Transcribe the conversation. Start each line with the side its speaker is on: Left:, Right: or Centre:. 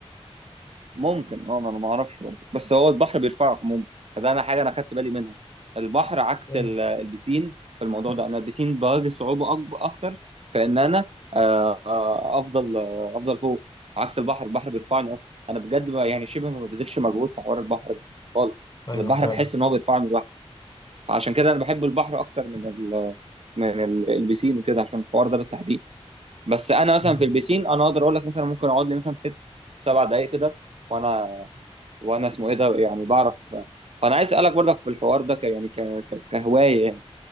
Right: ممكن اه ما انا ما اعرفش برضه بس هو البحر بيرفعك عموما فده انا حاجه انا خدت بالي منها البحر عكس
Left: ايوه
Right: ال- البسين في الموضوع ده انا البسين بواجه صعوبه أكب- اكتر في ان انا آه، آه، افضل آه، افضل فوق عكس البحر البحر بيرفعني اصلا انا بجد ما- يعني شبه ما ببذلش مجهود في حوار البحر ده خالص
Left: ايوه
Right: البحر
Left: فعلا
Right: بحس ان هو بيرفعني لوحده فعشان كده انا بحب البحر اكتر من ال من ال- البسين وكده عشان الحوار ده بالتحديد بس انا مثلا
Left: مم.
Right: في البسين انا اقدر اقول لك مثلا ممكن اقعد لي مثلا ست سبع دقائق كده وانا وانا اسمه ايه ده يعني بعرف فانا عايز اسالك برضك في الحوار ده ك يعني ك... ك... كهوايه يعني